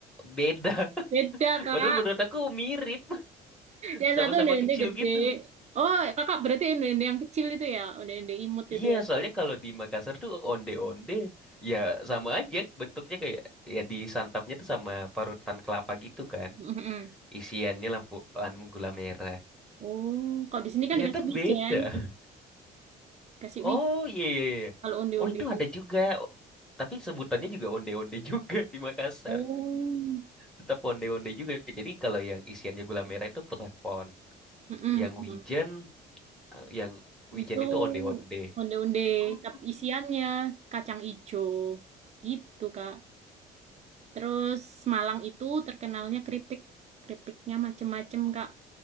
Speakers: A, in the centre; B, on the right.
A: beda. <laughs>
B: beda Kak
A: Padahal menurut aku mirip, <laughs>
B: Yang
A: sama-sama
B: satu onde-onde
A: kecil
B: gede.
A: gitu.
B: Oh, kakak berarti onde-onde yang kecil itu ya, onde-onde imut
A: Iya,
B: itu ya.
A: soalnya kalau di Makassar tuh onde-onde ya sama aja bentuknya kayak ya disantapnya tuh sama parutan kelapa gitu kan.
B: Mm-mm.
A: Isiannya lampu anu gula merah.
B: Oh, kalau di sini kan
A: Ternyata
B: dikasih
A: beda.
B: wijen, kasih
A: Oh
B: wijen.
A: iya iya iya.
B: Kalau onde-onde,
A: Oh itu ada juga. O- Tapi sebutannya juga onde-onde <laughs> juga di Makassar.
B: oh,
A: tetap onde-onde juga. Jadi kalau yang isiannya gula merah itu klepon,
B: Mm-mm,
A: yang
B: mm.
A: wijen, eh, yang wijen
B: Itu
A: itu onde-onde.
B: onde-onde
A: Oh,
B: tapi isiannya kacang ijo, gitu kak. Terus Malang itu terkenalnya keripik, keripiknya macem-macem kak.